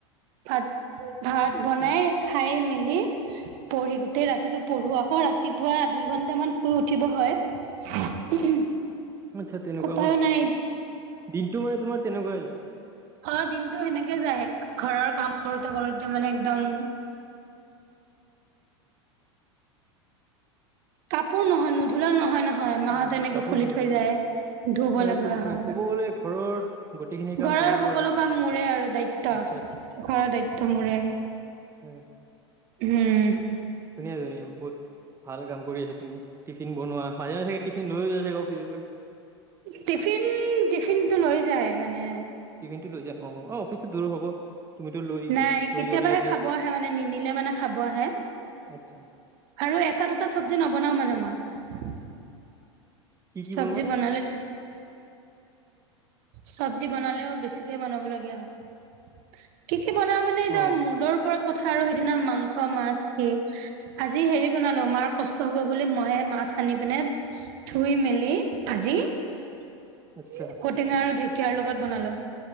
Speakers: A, on the right; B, on the right.
A: ভাত ভাত
B: আচ্ছা
A: বনাই খাই মেলি পঢ়ি গোটেই ৰাতিটো পঢ়ো আকৌ ৰাতিপুৱা দুই ঘন্টা মান শুই উঠিব হয়।
B: আচ্ছা, তেনেকুৱা
A: উপায়ো
B: মন
A: নাই
B: দিনটো মানে তোমাৰ তেনেকুৱাই যায়
A: অঁ দিনতটো সেনেকে যায় ঘৰৰ কাম কৰোতে কৰোতে মানে একদম কাপোৰ নহনো লা নহয় নহয় মাহত
B: অ',
A: এনেকে
B: কাপোৰ
A: খুলি
B: ধুব
A: থৈ
B: লাগিব
A: যায় ধুব
B: মানে
A: লগাগে
B: তুমি
A: হয়।
B: ক'ব গ'লে ঘৰৰ গোটেইখিনি কাম
A: ঘৰৰ
B: তুমিয়ে
A: সকলো
B: কৰা
A: কাম মোৰে আৰু দায়িত্ব
B: আচ্ছা
A: ঘৰৰ দায়িত্ব মোৰে
B: আচ্ছা
A: উম।
B: ধুনীয়া ধুনীয়া বহুত ভাল কাম কৰি আছা তুমি টিফিন বনোৱা। ভাজে থে টফিন লৈ থিয়ৈ
A: টিফিন টিফিন টো লৈ যায় মানে
B: টিভিন টো লৈ যায় অঁ অঁ অফিচটোৰ দূৰ হ'ব। তুমিতো লৈ
A: নাই
B: লৈ
A: কেতিয়াবাহে
B: যোৱাতে যোৱাতে
A: খাব আহে মানে নিনিলে মানে খাব আহে।
B: আত্চ্ছা।
A: আৰু এটা দুটা চব্জি নবনাও মানে মই।
B: কি কি
A: চব্জি
B: বনোৱা
A: বনালে ঠিকছে চব্জি বনালেও বেছিকে বনাবলগীয়া হয়। <unintelligible> কি বনাও মানে ইদম
B: অ',
A: মুদৰ ওপৰত কথা আৰু সেইদিনা মাংস মাছ কি, আজি হেৰি বনালো মাৰ কষ্ট হব বুলি ময়ে মাছ আনি পিনে ধুই মেলি ভাজি ঔটেঙা
B: আচ্ছা
A: আৰু ঢেক কিয়াৰ লগত বনালো।